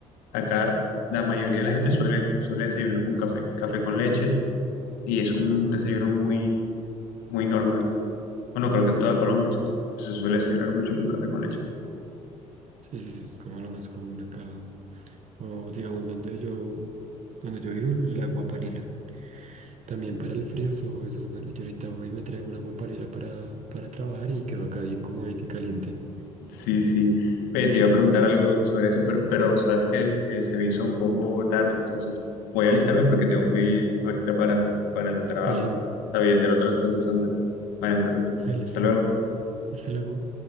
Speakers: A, on the left (about 60°); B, on the right (about 40°).
A: acá la mayoría de la gente suele, suele desayunar con café, café con leche, y es un desayuno muy, muy normal. Bueno, creo que en toda Colombia o sea, se, se suele desayunar mucho con café con leche.
B: Sí, sí, sí, es como lo más común acá. O digamos, donde yo, donde yo vivo, el agua panela. También para el frío, eso, eso es bueno. Yo ahorita hoy me traigo un agua panela para, para trabajar y quedó acá bien comodita y caliente.
A: Sí, sí. Oye, te iba a preguntar algo sobre eso, pero, pero sabes que eh, se me hizo un poco tarde, entonces voy a alistarme porque tengo que ir ahorita para, para el trabajo.
B: Vale,
A: Sabía hacer otras cosas antes. Vale, entonces,
B: ahí listo.
A: hasta luego.
B: Hasta luego.